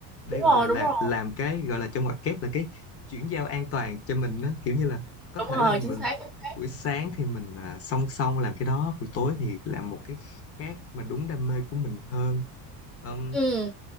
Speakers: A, on the left; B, in the centre.
A: để
B: đúng
A: gọi
B: rồi
A: là, là
B: đúng rồi
A: làm cái gọi là trong ngoặc kép là cái chuyển giao an toàn cho mình đó kiểu như là có
B: Đúng
A: thể
B: rồi,
A: là mình
B: chính xác, chính xác.
A: buổi sáng thì mình à, song song làm cái đó buổi tối thì làm một cái khác mà đúng đam mê của mình hơn Ừm,
B: Ừ,